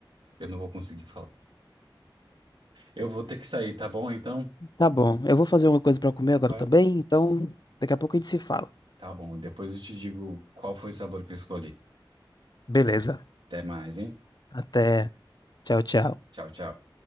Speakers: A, on the right; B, on the left.
A: Eu não vou conseguir falar. Eu vou ter que sair, tá bom? Então,
B: Tá bom. Eu vou fazer uma coisa pra comer agora
A: vai.
B: também, então daqui a pouco a gente se fala.
A: Tá bom. e Depois eu te digo qual foi o sabor que eu escolhi.
B: Beleza.
A: Até mais, hein?
B: Até. Tchau, tchau.
A: Tchau, tchau.